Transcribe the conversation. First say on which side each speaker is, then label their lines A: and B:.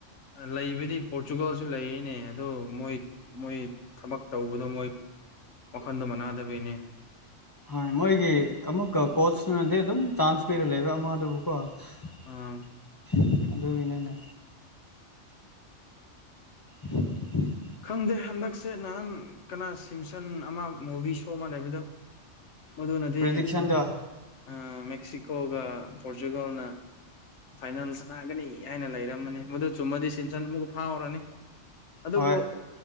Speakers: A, on the left (about 75°); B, on the left (about 25°).
A: ꯂꯩꯕꯗꯤ ꯄꯣꯔꯇꯨꯒꯜꯁꯨ ꯂꯩ ꯅꯦ ꯑꯗꫭ ꯃꯣꯏ ꯃꯣꯏ ꯊꯕꯛ ꯇꯧꯕꯗꯣ ꯃꯣꯏ ꯋꯥꯈꯟꯗꯣ ꯃꯥꯟꯅꯗꯕꯩꯅꯦ
B: ꯍꯣꯏ ꯃꯣꯏꯒꯤ ꯑꯃꯨꯛꯀ ꯀꯣꯁꯇꯨꯅꯗꯤ ꯑꯗꯨꯝ ꯆꯥꯟꯁ ꯄꯤꯔ ꯂꯩꯕ ꯑꯃꯗꯨꯕꯨ
A: ꯑꯥ
B: <inaudible> ꯑꯗꯨꯒꯤꯅꯤꯅꯦ <unintelligible>
A: ꯈꯪꯗꯦ ꯍꯟꯗꯛꯁꯦ ꯅꯍꯥꯟ ꯀꯅꯥ ꯁꯤꯝꯁꯟ ꯑꯃ ꯃꯨꯚꯤ ꯁꯣ ꯑꯃ ꯂꯩꯕꯗꯣ ꯃꯗꯨꯅꯗꯤ
B: ꯄ꯭ꯔꯤꯗꯤꯛꯁꯟꯗꯣ
A: ꯑ ꯃꯦꯛꯁꯤꯀꯣꯒ ꯄꯣꯔꯆꯨꯒꯜꯅ ꯐꯥꯏꯅꯦꯜ ꯁꯥꯅꯒꯅꯤ ꯍꯥꯏꯅ ꯂꯩꯔꯝꯃꯅꯦ ꯃꯗꯨ ꯆꯨꯝꯃꯗꯤ ꯁꯤꯝꯁꯟ ꯑꯃꯨꯛꯀ ꯐꯥꯎꯔꯅꯤ ꯑꯗꯨꯕꯨ
B: ꯍꯣꯏ